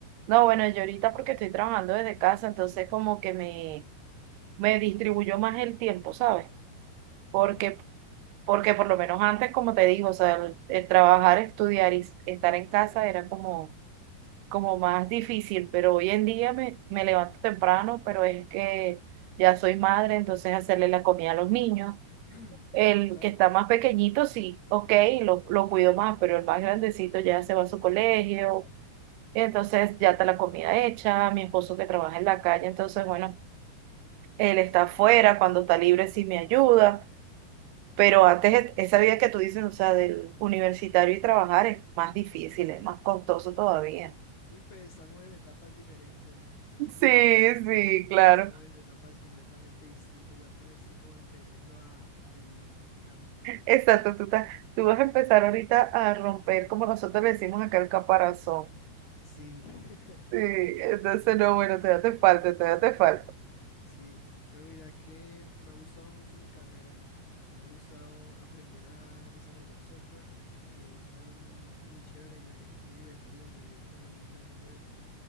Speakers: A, on the right (about 80°); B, on the left (about 75°).
A: No, bueno, yo ahorita porque estoy trabajando desde casa, entonces como que me, me distribuyó más el tiempo, ¿sabes? Porque,
B: Oh, ok.
A: porque por lo menos antes, como te digo, o sea, el, el trabajar, estudiar y s- estar en casa era como, como más difícil, pero hoy en día me, me levanto temprano, pero es que ya soy madre, entonces hacerle la comida a los niños.
B: <clears throat>
A: El
B: Claro,
A: que está más pequeñito, sí, ok, lo, lo cuido más, pero el más grandecito ya se va a su colegio entonces ya está la comida hecha, mi esposo que trabaja en la calle, entonces bueno, él está
B: sí,
A: afuera,
B: obvio.
A: cuando está libre sí me ayuda, pero antes e- esa vida que tú dices, o sea, del universitario y trabajar es más difícil, es más costoso todavía.
B: Sí, pues estamos en etapas diferentes, ¿no? <laughs>
A: Sí, sí, claro.
B: Estamos en etapas completamente distintas. Yo apenas estoy como empezando a, a vivir prácticamente.
A: Exacto, tú, estás- tú vas a empezar ahorita a romper, como nosotros le decimos acá, el caparazón.
B: Sí. <laughs>
A: Sí, entonces
B: Eh,
A: no, bueno, todavía te falta, todavía te falta.
B: Sí, pero mira que me ha gustado mucho mi carrera, me ha gustado aprender a desarrollar software, que es algo muy, muy chévere, me- muy divertido, me divierto realmente haciendo eso